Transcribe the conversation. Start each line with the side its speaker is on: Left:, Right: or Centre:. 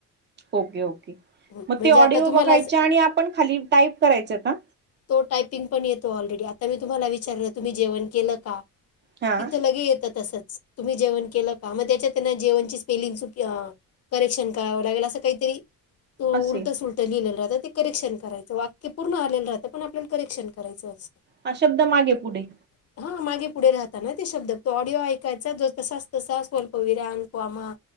Right: ओके, ओके
Left: हं.
Right: मग
Left: म्हणजे
Right: ते ऑडिओ
Left: आता तुम्हाला
Right: बघायचे आणि आपण खाली टाईप करायचं का?
Left: तो टायपिंग पण येतो ऑलरेडी आता मी तुम्हाला विचारलं तुम्ही जेवण केलं का?
Right: हा
Left: तिथं लगे येतं तसंच, तुम्ही जेवण केलं का, मग त्याच्यात त्यांना जेवणची स्पेलिंग सुटी करेक्शन करावं लागेल असं काहीतरी, त उलट
Right: असे
Left: सुलट लिहिलेलं राहतं ते करेक्शन करायचं वाक्य पूर्ण आलेलं राहतं, पण आपल्याला करेक्शन करायचं असतं.
Right: हा शब्द मागे पुढे.
Left: <inaudible> हा मागे पुढे राहता ना ते शब्द तो ऑडिओ ऐकायचा ज तसाच तसा स्वल्प विराम, कॉमा